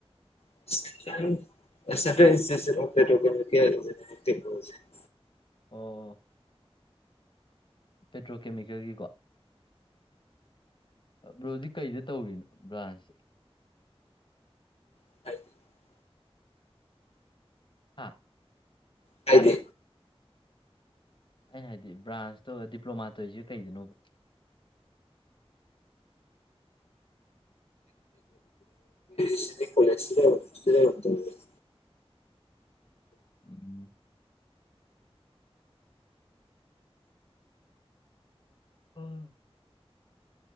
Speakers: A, on the left; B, on the left.
A: <unintelligible>
B: ꯑꯣ ꯄꯦꯇ꯭ꯔꯣꯀꯦꯃꯤꯀꯦꯜꯒꯤꯀꯣ ꯕ꯭ꯔꯣꯗꯤ ꯀꯩꯗ ꯇꯧꯔꯤꯅꯣ ꯕ꯭ꯔꯥꯟꯁ ꯁꯦ
A: <unintelligible>
B: ꯍꯥꯥ
A: ꯍꯥꯏꯗꯤ
B: ꯑꯩꯅ ꯍꯥꯏꯗꯤ ꯕ꯭ꯔꯥꯟꯁꯇꯧ ꯗꯤꯄ꯭ꯂꯣꯃꯥ ꯇꯧꯔꯤꯁꯦ ꯀꯩꯗꯅꯣꯕ
A: ꯁꯤ ꯀꯣꯂꯦꯁꯤ ꯁꯤ <unintelligible>
B: ꯎꯝ ꯎꯝ